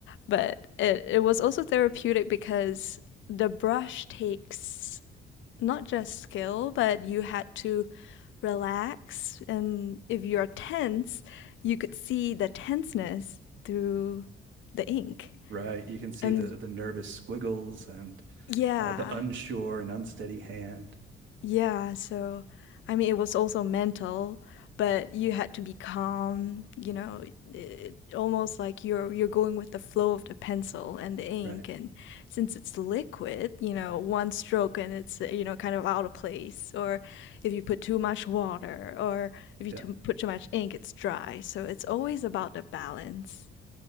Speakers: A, on the left; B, on the right.
A: but it it was also therapeutic because the brush takes not just skill, but you had to relax, and if you're tense, you could see the tenseness through the ink
B: Right. You can see
A: and
B: the the nervous squiggles and
A: yeah,
B: uh, the unsure and unsteady hand.
A: yeah. So, I mean, it was also mental, but you had to be calm, you know, it, almost like you're you're going with the flow of the pencil and the ink,
B: Right.
A: and since it's liquid, you know, one stroke and it's, uh, you know, kind of out of place, or if you put too much water, or if you
B: Yeah.
A: too, put too much ink, it's dry. So it's always about the balance.